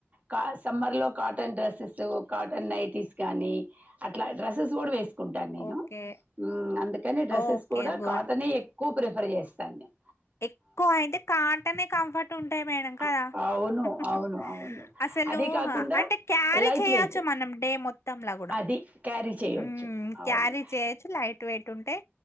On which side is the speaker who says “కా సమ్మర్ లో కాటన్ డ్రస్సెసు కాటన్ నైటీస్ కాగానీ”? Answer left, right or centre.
Right